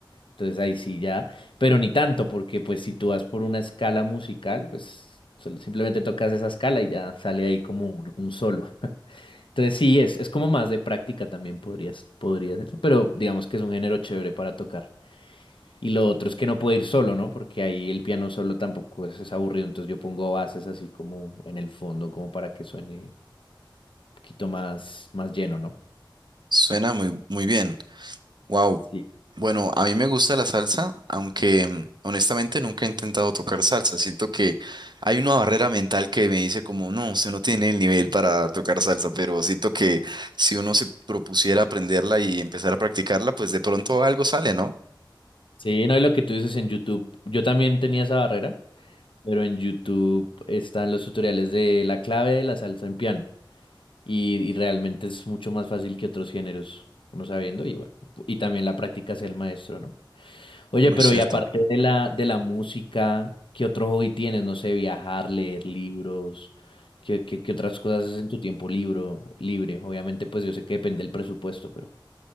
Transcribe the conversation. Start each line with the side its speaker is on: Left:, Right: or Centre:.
Left: Entonces ahí sí ya, pero ni tanto, porque pues si tú vas por una escala musical, pues solo- simplemente tocas esa escala y ya sale ahí como un, un solo. Entonces sí, es, es como más de práctica también podrías, podría ser, pero digamos que es un género chévere para tocar. Y lo otro es que no puede ir solo, ¿no? Porque ahí el piano solo tampoco es, es aburrido, entonces yo pongo bases así como en el fondo, como para que suene un poquito más, más lleno, ¿no?
Right: Suena muy, muy bien. Wow.
Left: Sí.
Right: Bueno, a mí me gusta la salsa, aunque mm, honestamente nunca he intentado tocar salsa. Siento que hay una barrera mental que me dice como, no, usted no tiene el nivel para tocar salsa, pero siento que si uno se propusiera aprenderla y empezar a practicarla, pues de pronto algo sale, ¿no?
Left: Sí, no, y lo que tú dices en YouTube, yo también tenía esa barrera, pero en YouTube están los tutoriales de la clave de la salsa en piano y, y realmente es mucho más fácil que otros géneros, uno sabiendo y bueno, y también la práctica hacia el maestro, ¿no? Oye,
Right: Muy
Left: pero
Right: cierto.
Left: y aparte de la, de la música, ¿qué otro hobby tienes? No sé, viajar, leer libros, ¿qué, qué, qué otras cosas haces en tu tiempo libro, libre? Obviamente, pues yo sé que depende del presupuesto, pero